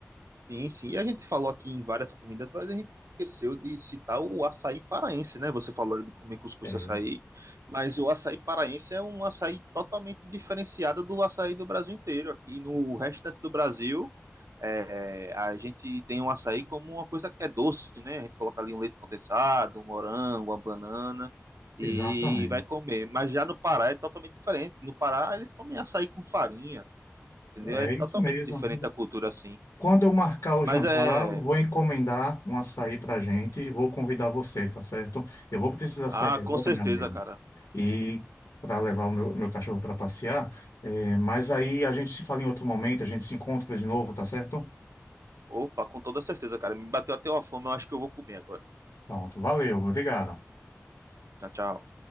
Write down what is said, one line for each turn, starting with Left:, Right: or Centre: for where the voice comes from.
Right: Sim, sim. E a gente falou aqui em várias comidas, mas a gente esqueceu de citar o açaí paraense, né? Você falou de comer cuscuz
Left: É,
Right: e açaí, mas o açaí paraense é um açaí totalmente diferenciado do açaí do Brasil inteiro. Aqui no restante do Brasil, É, a gente tem o açaí como uma coisa que é doce, né? A gente coloca ali um leite condensado, um morango, uma banana e
Left: Exatamente.
Right: vai comer. Mas já no Pará é totalmente diferente. No Pará eles comem açaí com farinha, entendeu?
Left: É
Right: É totalmente
Left: isso mesmo.
Right: diferente a cultura assim.
Left: Quando eu marcar o
Right: Mas
Left: jantar,
Right: é.
Left: vou encomendar um açaí para gente e vou convidar você, tá certo? Eu vou precisar
Right: Ah,
Left: sair agora,
Right: com certeza,
Left: meu amigo,
Right: cara.
Left: e para levar o meu, meu cachorro para passear. eh, mas aí a gente se fala em outro momento, a gente se encontra de novo, tá certo?
Right: Opa, com toda certeza, cara. Me bateu até uma fome, eu acho que eu vou comer agora.
Left: Pronto, valeu, obrigado.
Right: Tchau, tchau.